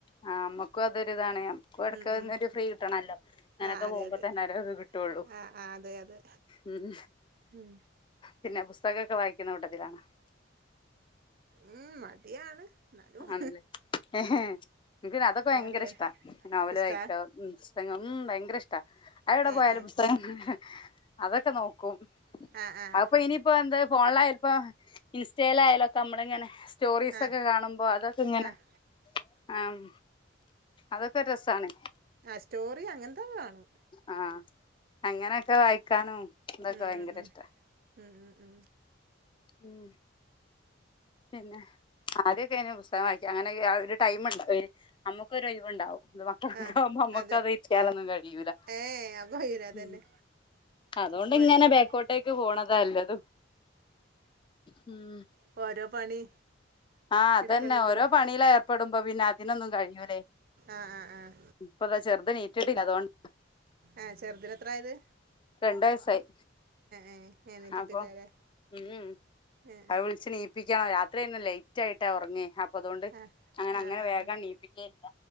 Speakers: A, on the left (about 25°); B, on the right (about 50°).
A: ആഹ് നമ്മക്കും അതൊരിതാണ് നമ്മക്കും ഇടക്ക്
B: ഉം ഉം
A: ഒന്നൊരു ഫ്രീ കിട്ടണല്ലോ ങ്ങനൊക്കെ
B: ആഹ് അതെ
A: പോകുമ്പോ
B: അതെ
A: തന്നെ ഓരോ ത് കിട്ടൊള്ളൂ
B: ആഹ് ആഹ് അതെ അതെ
A: ഉം
B: ഉം
A: പിന്നെ പുസ്തകൊക്കെ വായിക്കിണ കൂട്ടത്തിലാണൊ
B: ഉം മടിയാണ് എന്നാലും
A: ആണ്ലെ എഹേ എൻക്ക്ന്നെ അതൊക്കെ ഭയങ്കരഷ്ടാ
B: പറയാൻ
A: നോവല്
B: ഇഷ്ടാ
A: വായിക്ക്യാ ഉം പുസ്തകങ്ങളൊ ഉ ഭയങ്കര ഇഷ്ട അഎടെ
B: ഏഹ്
A: പോയാലും
B: ഏഹ്
A: പുസ്തകം അതൊക്കെ നോക്കും
B: ആഹ് ആഹ്
A: അഹ് ഇനിയിപ്പോ എന്ത് ഫോണിലായാലുപ്പോ ഇൻസ്റ്റയിലായാലൊക്കെ നമ്മള്ങ്ങനെ സ്റ്റോറീസ്ക്കെ
B: ആഹ്
A: കാണുമ്പോ അതൊക്കെങ്ങനെ
B: ആഹ്
A: ആഹ് അതൊക്കൊരു രസാണ്
B: ആഹ് സ്റ്റോറി അങ്ങൻത്തൊക്കെകാണും
A: ആഹ് അങ്ങനൊക്കെ വായിക്കാനും തൊക്കെ
B: ഉം
A: ഭയങ്കരഷ്ട
B: ഉം ഉം ഉം ഉം ഉം
A: ഉം പിന്നെ ആദ്യൊക്കെ ഞാന് പുസ്തകം വായിക്കാം അങ്ങനൊക്കെ ഒരു ടൈമുണ്ട വൊയ്നി ഞമ്മ പൊരൊയ് വ്ണ്ടാവുംന്ന് വാ ക്കാവുമ്പൊ
B: ആഹ്
A: മ്മക്കതയ്റ്റാലൊന്നും
B: അതെ
A: കഴിയൂല
B: ഏഹ് അപ്പൊ കയ്യൂല അതന്നെ
A: ഉം അതോണ്ട്ങ്ങനെ
B: അപ്പൊ മടിയാവും
A: ബേക്കോട്ടേക്ക് പോണതാ എല്ലെതും മം
B: പ്പോരോ പണി
A: ആഹ് അതന്നെ
B: എടുക്കണെങ്കില്
A: ഓരോ പണിയില് ഏർപ്പെടുമ്പോ പിന്നെ അതിനൊന്നും കഴിയൂലെ
B: ആഹ് ആഹ് ആഹ്
A: ഇപ്പതാചെർത് നീറ്റിട്ടില്ലതോണ്ട
B: ഏഹ് ചെയത് നെത്രായത്
A: രണ്ട് വയസായി
B: ഏഹ് എണീറ്റിട്ടില്ലല്ലേ
A: അപ്പൊ ഊംഉം
B: ഏഹ് ഏഹ്
A: അവ് വുൾച്ച്നീ പ്പിയ്ക്കണം രാത്രിയ്ന്നു ലേറ്റായിട്ടാ ഒറങ്യ അപ്പോപ്പി പ്പതോണ്ട്
B: ആഹ്
A: അങ്ങനെ അങ്ങനെ
B: ആഹ് ആഹ്
A: വേഗം
B: ആഹ്
A: നീപ്പിക്കേല്ല